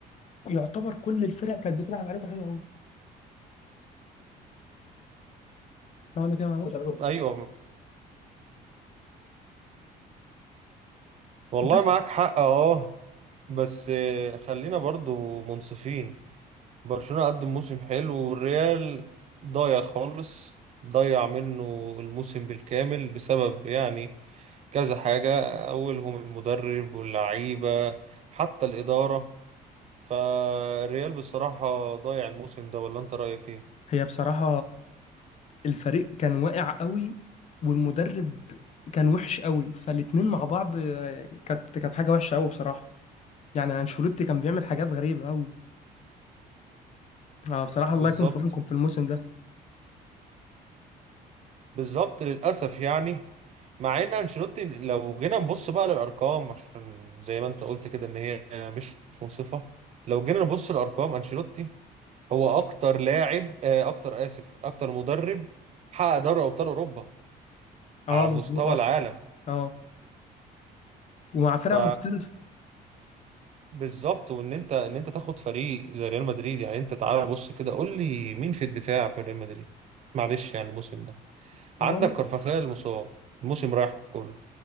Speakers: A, on the left; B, on the right.
A: يعتبر كل الفرق كانت بتلعب عليكم حلو قوي فاهم انا كده معلش؟
B: ايوه والله
A: بس
B: معاك حق اه بس آه، خلينا برضو منصفين برشلونة قدم موسم حلو والريال ضايع خالص ضيع منه الموسم بالكامل بسبب يعني كذا حاجة أولهم المدرب واللعيبة حتى الإدارة فالريال بصراحة ضايع الموسم ده ولا أنت رأيك إيه؟
A: هي بصراحة الفريق كان واقع قوي والمدرب كان وحش قوي فالاتنين مع بعض آه، كانت كانت حاجة وحشة قوي بصراحة يعني انشيلوتي كان بيعمل حاجات غريبة قوي اه بصراحة الله
B: بالظبط
A: يكون في عونكم في الموسم ده
B: بالظبط للأسف يعني مع ان انشيلوتي لو جينا نبص بقى للارقام عشان زي ما انت قلت كده ان هي مش منصفه لو جينا نبص للارقام انشيلوتي هو اكتر لاعب آه، اكتر اسف اكتر مدرب حقق دوري ابطال اوروبا
A: اه
B: على مستوى
A: مظبوط اه
B: العالم
A: اه ومع فرق
B: ف
A: مختلفة
B: بالظبط وان انت ان انت تاخد فريق زي ريال مدريد يعني انت تعالى بص كده قول لي مين في الدفاع في ريال مدريد معلش يعني الموسم ده عندك
A: اه
B: كارفاخال مصاب الموسم رايح كله